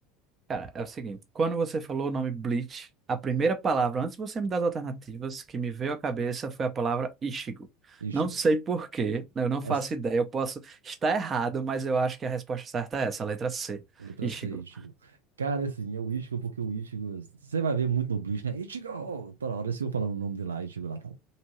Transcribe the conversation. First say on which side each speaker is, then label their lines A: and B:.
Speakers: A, on the right (about 30°); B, on the right (about 80°).
A: Cara, é o seguinte, quando você falou o nome Bleach, a primeira palavra, antes de você me dar as alternativas, que me veio à cabeça foi a palavra Ichigo.
B: Ichigo.
A: Não sei por quê, eu não faço
B: As-
A: ideia, eu posso estar errado, mas eu acho que a resposta certa é essa, a letra C,
B: Letra
A: Ichigo.
B: C, Ichigo. Cara, assim, é o Ichigo porque o Ichigo... Você vai ver muito no Bleach, né? Ichigo! Toda hora eles ficam falando o nome dele lá, Ichigo lá, tal.